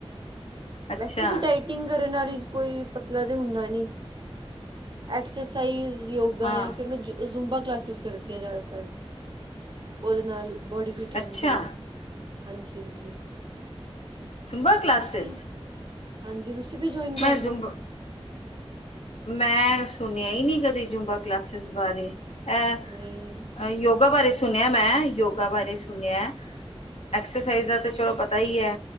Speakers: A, on the left; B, on the right.
A: ਅੱਛਾ
B: ਵੈਸੇ ਵੀ ਡਾਈਟਿੰਗ ਕਰਨ ਨਾਲੀ ਕੋਈ ਪਤਲਾ ਤੇ ਹੁੰਦਾ ਨੀ। ਐਕਸਰਸਾਈਜ਼ ਯੋਗਾ
A: ਹਾਂ
B: ਯਾਂ ਫੇਰ ਮੈਂ ਜ਼ੁੁੰਬਾ ਕਲਾਸਿਸ ਕਰਦੀਆਂ ਜ਼ਆਦਾਤਰ। ਓਦੇ ਨਾਲ ਬੋਡੀ ਫਿੱਟ ਰੈਂਦੀ
A: ਅੱਛਾ
B: ਐ। ਹਾਂਜੀ ਹਾਂਜੀ।
A: ਜੁੰਬਾਂ ਕਲਾਸਿਸ।
B: ਤੁਸੀਂ ਹਾਂਜੀ ਤੁਸੀ ਵੀ ਜੁਆਇਨ ਕਰ
A: ਮੈਂ
B: ਲਓ।
A: ਜ਼ੁੰਬਾ ਮੈਂ ਸੁਨੇਆ ਈ ਨੀ ਕਦੀ ਜੂੰਬਾ ਕਲਾਸਿਸ ਬਾਰੇ ਐ
B: ਨਹੀਂ
A: ਅ ਯੋਗਾ ਬਾਰੇ ਸੁਨੇਆ ਮੈਂ ਯੋਗਾ ਬਾਰੇ ਸੁਨੇਐ। ਐਕਸਰਸਾਈਜ਼ ਦਾ ਤੇ ਚਲੋ ਪਤਾ ਈਐ